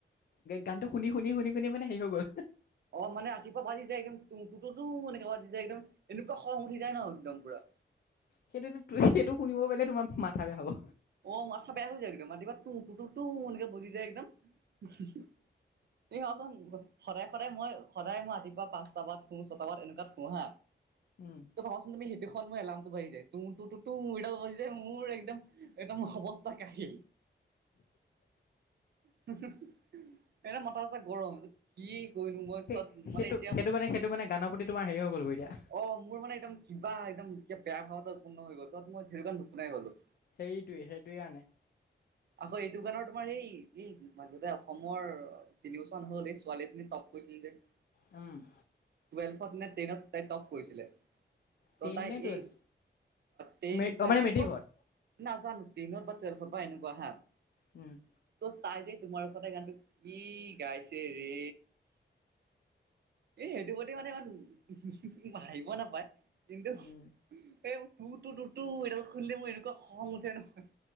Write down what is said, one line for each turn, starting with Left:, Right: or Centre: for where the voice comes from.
Left: গানটো শুনি শুনি শুনি শুনি মানে হেৰি হৈ গ'ল।
Right: অ মানে ৰাতিপুৱা বাজি যাই একদম তু তু তু তু এনেকে বাজি যাই একদম এনেকুৱা খং উঠি যায় ন একদম পুৰা
Left: সেইটো সেইটো শুনিব পালে তোমাৰ মাথা বেয়া হ'ব।
Right: অ মাথা বেয়া হৈ যায় একদম ৰাতিপুৱা তুু তু টু এনেকে বজি যায় একদম। এই ৰ চোন সদায় সদায় মই- সদায় ময় ৰাতিপুৱা পাছতা বজাত শুঁ ছটা বজাত এনেকুৱাত শোঁ হাঁ।
Left: উম'
Right: ত' ভাবাচোন তুমি সেইটো সময়ত মোৰ এলামটো বা়জি যায় তুঁ তুঁ তুঁ এইডাল বাজি যায় মোৰ একদম- একদম মোৰ অৱস্থা কাহিল। হুম হু হুম। এনে মাথা চাথাগৰম, কি কৰিলো মই
Left: সেই
Right: চত
Left: সেইটো
Right: মানে এতিয়া-
Left: সেইটো মানে সেইটো মানে গানৰ প্ৰতি তোমাৰ হেৰি হৈ গলো এতিয়া।
Right: অ মোৰ মানে একদম কিবা একদম এতিয়া বেয়া ভাৱ এটা উৎপন্ন হৈ গ'ল, যত মই সেইটো গান নুশুনাই হলো।
Left: সেইটোৱেই, সেইটোৱেই কাৰণে।
Right: আকৌ এইটো গানৰ তোমাৰ এই এই মাজতে অসমৰ তিনিবছৰমান হল এই ছোৱালী এজনী টপ কৰিছিল যে। <unintelligible>
Left: উম'
Right: টুৱেল্ভত নে টেনত তাই টপ কৰিছিলে। ত'
Left: টেন
Right: তাই
Left: নে টুৱেল্ভ
Right: এই টেন
Left: মে
Right: টুৱেলভত
Left: অ মানে মেট্ৰিকত
Right: ক'ত- নাজানো টেইনত বা টুৱেল্ভত বা এনেকুৱা হাত-
Left: উম'
Right: ত' তাই যে তোমাৰ ওপতে গানটো কি গাইছে ৰে। এই সেইটো প্ৰতি মানে ইমান হাংহিব নাপায়, কিন্তু-
Left: উম
Right: এ তু টু টো এইডাল খুনিলে মই এনেকুৱা খং উঠে নহয়।